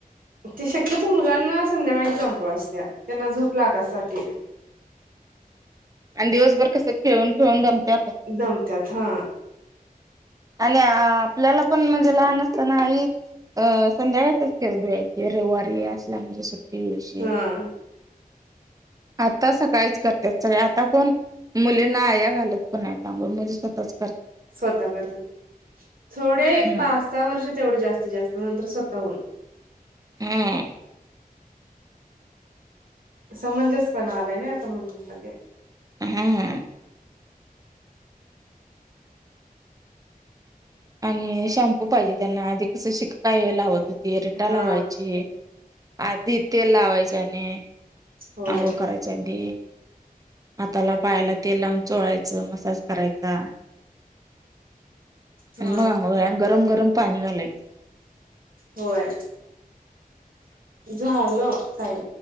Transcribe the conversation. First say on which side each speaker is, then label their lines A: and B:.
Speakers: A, on the right (about 70°); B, on the right (about 25°).
A: ते शक्यतो मुलांना संध्याकाळी च अंघोळ असत्या त्यांना झोप लागायसाठी.
B: आणि दिवसभर कसं खेळून खेळून दमत्यात.
A: दमत्यात हा.
B: आणि आपल्याला पण म्हणजे लहान असताना आई अ संध्याकाळच केस धुळ्याची रविवारी असल्या म्हणजे सु दल्यादिवशी
A: हा
B: आता सकाळीच करते सगळ्या आता कोण मुलींना आया घालत पण नाहीत अंघोळ मुली स्वतःच कर
A: स्वतः करतात थोडे
B: हम्म
A: एक पाच सहा वर्ष तेवढे जास्तीत जास्त नंतर स्वतः होऊन.
B: हम्म.
A: समंजसपण आलाय नाही आता मुलींमध्ये.
B: हम्म. आणि शॅम्पू पाहिजे त्यांना आधी कसं शिकेकाय लावत होती रिटा
A: हा
B: लावायची. आधी तेल लावायच्या आणि
A: होय
B: अंंगोळ करायच्या आधी हाताला पायाला तेल लावून चोळायचं मसाज करायचा.
A: हा
B: आणि मग अंघोळ गरम गरम पाणी घालायचं.
A: होय झालं टाईम.